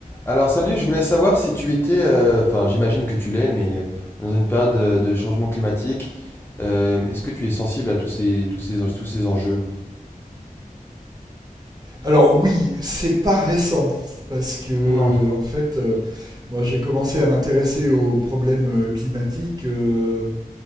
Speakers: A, on the left; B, on the right.
A: Alors salut, je voulais savoir si tu étais, euh, enfin j'imagine que tu l'es, mais euh, on est dans une période euh, de changement climatique. Euh, est-ce que tu es sensible à tous ces, tous ces, en- tous ces enjeux?
B: Alors oui, c'est pas récent parce que
A: Non.
B: euh, en fait, euh, moi j'ai commencé à m'intéresser aux problèmes euh, climatiques. euh,